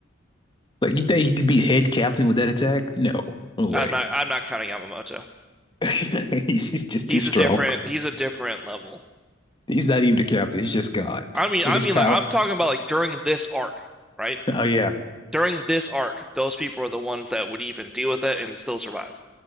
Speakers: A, on the left (about 25°); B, in the centre.
A: Like you think he could be head captain with that attack? No, no way.
B: I'm not I'm not counting Yamamoto.
A: <laughs> He's he's just
B: He's
A: too strong.
B: a different he's a different level.
A: He's not even the captain. He's just God
B: I mean
A: with
B: I
A: his
B: mean
A: power.
B: like I'm talking about like during this arc, right?
A: Oh yeah.
B: During this arc, those people are the ones that would even deal with it and still survive.